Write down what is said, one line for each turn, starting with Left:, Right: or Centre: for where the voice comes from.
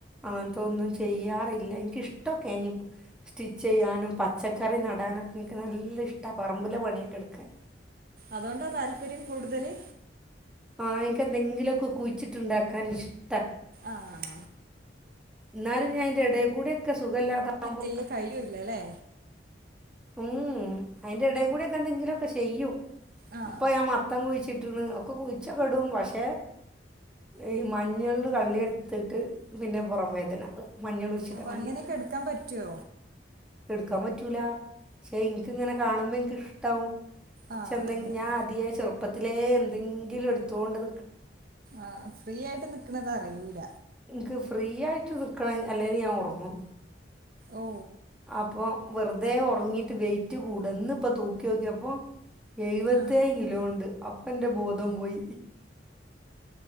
Centre: ആങ്ങ തോന്നും ചെയ്യാ പ്പയില്ല എനിക്കിഷ്ട്ടൊക്കെനി സ്റ്റിച്ചെയ്യാനും പച്ചക്കറി നടാനൊക്കെ ഇൻക്ക് നല്ല ഇഷ്‌ട പറമ്പിലെ പണിയൊക്കെട്ക്കാൻ
Right: അതോണ്ടാ താല്പര്യം കൂടുതല്
Centre: ആ ഇൻക്ക് എന്തെങ്കിലൊക്കെ കുഴിച്ചിട്ട്ണ്ടാക്കാൻ ഇഷ്ട
Right: ആഹ്
Centre: ന്നാലും ഞാൻ തിടേക്കൂടെക് ക്കെ സുഖല്ലാതാവുമ്പോക്ക്
Right: ചെയ്യാൻ കഴിയൂല്ലല്ലേ
Centre: ഉം ഊ അയിന്റെ ടേ കൂടെക്കെന്തെങ്കിലൊക്കെ ചെയ്യു.
Right: ആ
Centre: ഇപ്പൊ ഞാൻ മത്തൻ കുഴിച് ചിട്ട്ണ് ഒക്കെ കുഴിച് റ്റ കെടും പക്ഷെ ഈ മഞ്ഞൾന് കള്ളിയെടുത്തിട്ട് പിന്നെ പുറം വേദന മഞ്ഞളുയ്ച്ചിടാൻ
Right: അപ്പൊ
Centre: വേണ്ടി
Right: അങ്ങനെയൊക്കെ എടുക്കാൻ പറ്റുവോ
Centre: എടുക്കാൻ പറ്റൂല ശേ ഇൻക്ക് ഇങ്ങനെ കാണുമ്പോ ഇൻക്ക് ഇഷ്ടാവും
Right: ആ
Centre: ചെന്തെങ്ക്
Right: അങ്ങനെ
Centre: ഞാൻ ആദ്യേ ചെറുപ്പത് ത്തിലേ എന്തെങ്കിലും എടുത്തോണ്ട്ന്ന്
Right: ആ ഫ്രീ ആയിട്ട് നിക്ണത അറിയൂല
Centre: ക്ക് ഫ്രീ ആയിട്ട് നിക്കണെ അ ല്ലേല് ഞാ ഒറങ്ങും.
Right: ഓ
Centre: അപ്പൊ വെറുതെ ഒറങ്ങിട്ട് വെയിറ്റ് കൂടു ഇന്നിപ്പൊ തൂക്കിയോക്കിപ്പോ എഴുപത്തേഴ്
Right: ആ
Centre: കിലോണ്ട് അപ്പെന്റെ ബോധം പോയി